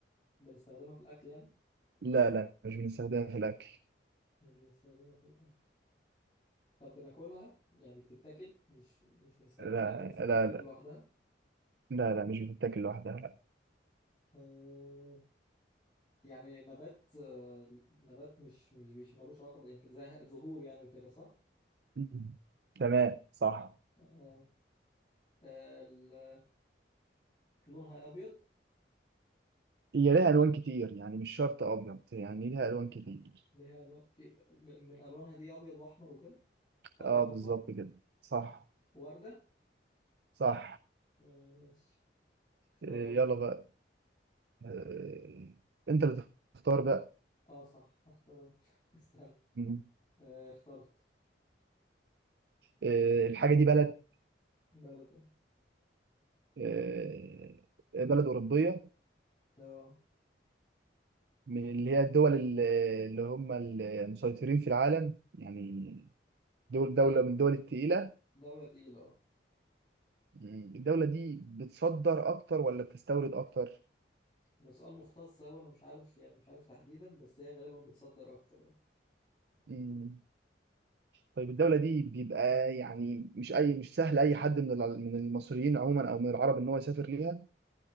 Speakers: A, on the left (about 30°); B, on the right (about 65°).
A: بنستخدمها في الأكل يعني
B: لا لا مش بنستخدمها في الأكل
A: مش بنستخدمها في الأكل طب بناكلها يعني بتتاكل مش مش بنستخدمها
B: لا
A: في الأكل بس بتتاكل
B: لا لا
A: لوحدها
B: لا, لا مش بتتاكل لوحدها لا
A: آه يعني نبات آه نبات مش مش بيش ملوش علاقة ب- يعني زه- زهور يعني وكده صح؟
B: مم. تمام صح
A: آه آه، ال- لونها أبيض
B: هي ليها الوان كتير يعني مش شرط ابيض يعني ليها الوان كتير
A: ليها ألوان في م- من ألوانها دي أبيض وأحمر وكده أبيض
B: اه
A: وأحمر
B: بالظبط كده صح
A: وردة
B: صح
A: آه، ماشي اختار
B: إيه،
A: أنت
B: يلا بقى إيه، انت اللي تختار بقى
A: اه صح اختار <laughs> استنى
B: مم.
A: آه اخترت
B: إيه، الحاجه دي بلد
A: بلد
B: إيه، بلد اوروبيه
A: اه
B: من اللي هي الدول ال- اللي هم المسيطرين في العالم يعني دول
A: تمام
B: دوله من الدول التقيله
A: دولة تقيلة اه
B: مم. الدوله دي بتصدر اكتر ولا بتستورد اكتر
A: ده سؤال مختص أوي أنا مش عارف يعني مش عارف تحديدا بس هي غالبا بتصدر أكتر اه.
B: مم. طيب الدولة دي بيبقى يعني مش أي مش سهل أي حد من الع- من المصريين عموما أو من العرب إن هو يسافر ليها.